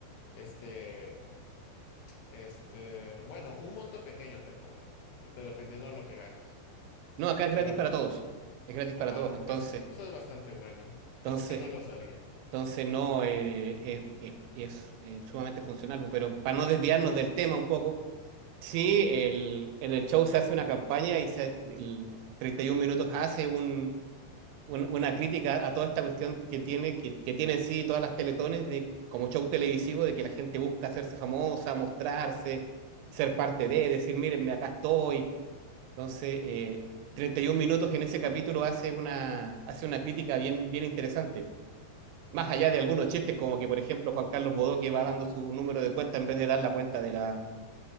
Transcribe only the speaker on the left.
este, este, bueno, un monto pequeño te cobran, de- de- dependiendo de lo que ganes.
Pero
aquí,
ah,
eso, eso es bastante bueno.
Eso sí no lo sabía.
Sí.